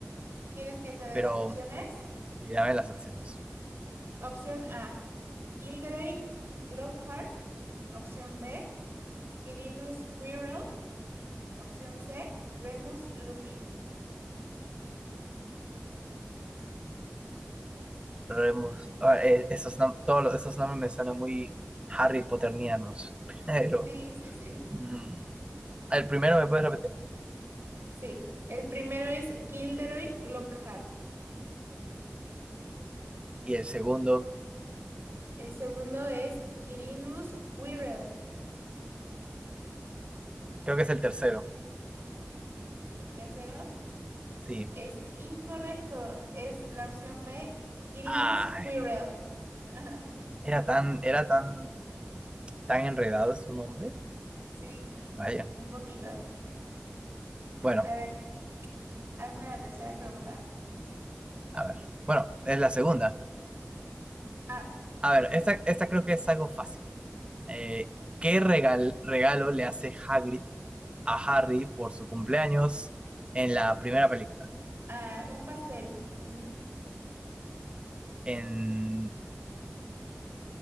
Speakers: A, on the right; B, on the right.
A: ¿Quieres que te dé
B: Pero
A: las opciones?
B: sí, dame las acciones.
A: Opción A, Gilderoy Lockhart. Opción B, Quirinus Quirrell. Opción C, Remus Lupin.
B: Pero hemos- ah, eh, esos, nom- todos los- esos nombres me suenan muy Harry Potternianos. <laughs> Pero
A: Sí, sí, sí.
B: mm, el primero me puedes repetir
A: Sí, el primero es Gilderoy Lockhart.
B: y el segundo
A: El segundo es Quirinus Quirrell.
B: creo que es el tercero.
A: El tercero
B: Sí.
A: es incorrecto. Es la opción B, Quirinus
B: Ay,
A: Quirrell. <laughs>
B: era tan era tan tan enredado su nombre.
A: Sí.
B: Vaya.
A: Un poquito.
B: Bueno.
A: A ver, hazme la tercera pregunta.
B: A ver, bueno, es la segunda.
A: Ah,
B: A
A: ok.
B: ver, esta, esta creo que es algo fácil. Eh, ¿qué regal- regalo le hace Hagrid a Harry por su cumpleaños en la primera película?
A: Ah, un pastel. <laughs> Mm.
B: En...